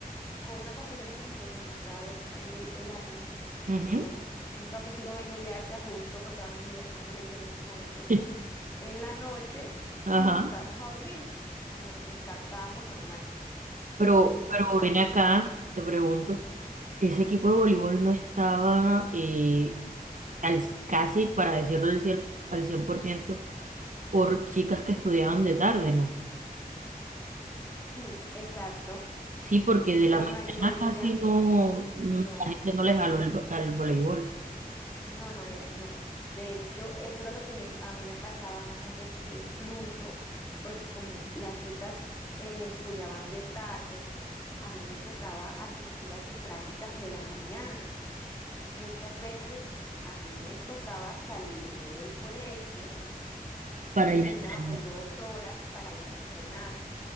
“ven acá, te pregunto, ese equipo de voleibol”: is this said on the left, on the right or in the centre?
Right